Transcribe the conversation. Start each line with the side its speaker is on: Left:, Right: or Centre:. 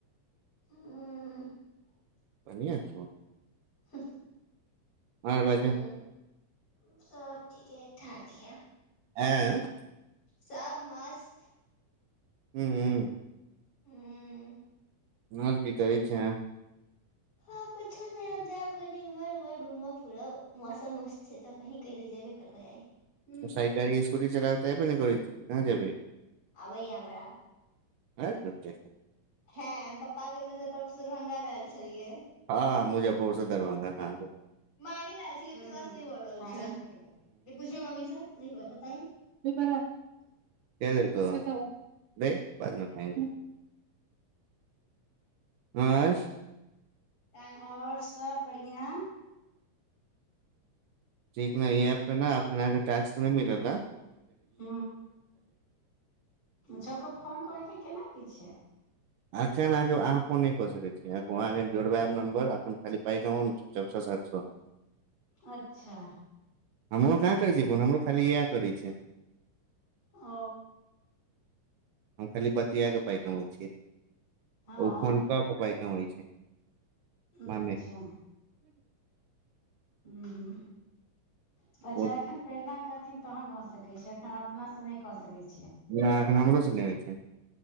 Left: ह्म्।
Right: बन्हियां छौ।
Left: हुं-ह।
Right: आओर
Left: ह्म
Right: बाजह
Left: सभ ठीके ठाक ये
Right: आंय
Left: सब मस्त
Right: ह्म्
Left: हूँ
Right: आओर की करै छें
Left: आओर कुछो नहि आब जायब कनी इम्हर-उम्हर घुमब-फिरब मौसम मस्त छै तऽ कहीं-कहीं तऽ जैबे करबै आइ। हूँ
Right: ओ साइकिल-इस कुटी चलाएल तऽ ऐबे नै करै छ‌उ तऽ कहां जेबहि।
Left: आबैये हमरा।
Right: है झुट्ठेकेँ।
Left: हैं पप्पाकेँ मुजफ्फरपुर सँ दरभंगा लाएल छलियै।
Right: हँ मुजफ्फरपुर से दरभंगा कहाँ जेबै
Left: माय नै लाएल छियै विश्वाश नै भऽ रहल छै हुँ-हुँ हँ ठीके बात इ पुछियौ मम्मीसँ। नै ये बताहिन।
Right: ठीके नै के देलकौ। नहि बादमें खायेंगे। नाइस।
Left: तहन आओर सभ बढियां
Right: ठीक ने य इ ऐप मे न अखन अहां के टास्क न‌इ मिलल न
Left: ह छौके फोन करे के केना इछा
Right: एखन अहाँके अहाँ फोन नहि कऽ सकैत छी अहाँके जोड़बायब नम्बर एखन खाली पइक अमाउंट चारि सओ सात सए <unintelligible>
Left: अच्छा
Right: हमरो कहाँ करै छै फोन हमरो खाली इएह करै छै।
Left: ओ
Right: हम खाली बतिया क पाई कमाई छियै।
Left: हँ
Right: ओ फोन क क पाई कमाई छैय। ममे
Left: अच्छा ह्म हू त अच्छा
Right: ओ
Left: एखन प्रेरणा कर तहन भऽ सकै छैय एखन अपना से नहि क सकै छैय।
Right: नहि एखन हमरो से नहि होइ छैय। <inaudible>